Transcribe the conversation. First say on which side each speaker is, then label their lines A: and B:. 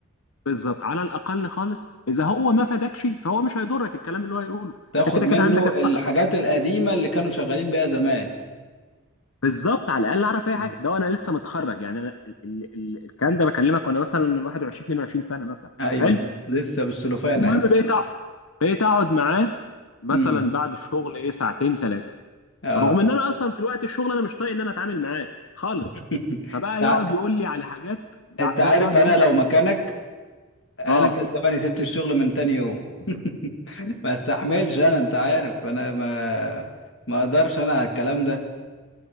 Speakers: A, on the left; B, on the left.
A: بالظبط على الاقل خالص اذا هو ما فادكش فهو مش هيضرك الكلام اللي هو هيقوله
B: تاخد
A: انت كده
B: منه
A: كده عندك الق-
B: الحاجات القديمة اللي كانوا شغالين بيها زمان
A: بالظبط على الاقل اعرف
B: مم.
A: اي حاجه ده وانا لسه متخرج يعني انا ال ال ال الكلام ده بكلمك وانا مثلا 21 22 سنه مثلا
B: ايوه
A: حلو
B: كنت لسه بالسلوفانة
A: المهم بقيت أع- بقيت اقعد معاه مثلا
B: يعني
A: بعد الشغل ايه ساعتين ثلاثه
B: اه
A: رغم ان انا اصلا في الوقت الشغل انا مش طايق ان انا اتعامل معاه خالص
B: <laughs>
A: فبقى
B: تع-
A: يقعد يقول لي على حاجات
B: انت
A: بقى
B: عارف
A: يقعد
B: انا
A: يقول لي
B: لو
A: على
B: مكانك انا
A: اه
B: كان زماني سبت الشغل من تاني يوم <laughs> ما استحملش انا انت عارف انا ما ما اقدرش انا على الكلام ده